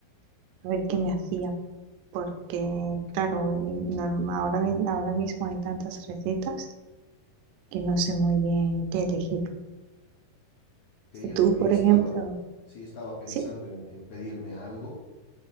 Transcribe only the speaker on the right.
a ver qué me hacía, porque claro, norm- ahora, mi- ahora mismo hay tantas recetas que no sé muy bien qué elegir.
Tú,
por
ejemplo,
sí,